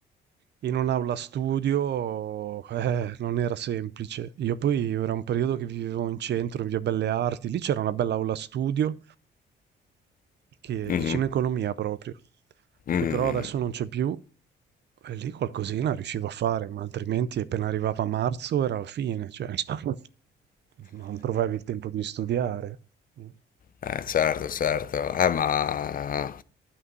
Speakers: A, on the right (about 60°); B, on the left (about 45°).
A: in un'aula studio eh, non era semplice. Io poi era un periodo che vivevo in centro, in Via Belle Arti, lì c'era una bella aula studio che
B: mhm,
A: è vicino economia proprio,
B: mhm.
A: che però adesso non c'è più. E lì qualcosina riuscivo a fare, ma altrimenti appena arrivava marzo era la fine, cioè <laughs> non trovavi il tempo di studiare. Mhm.
B: Eh, certo, certo. Eh, ma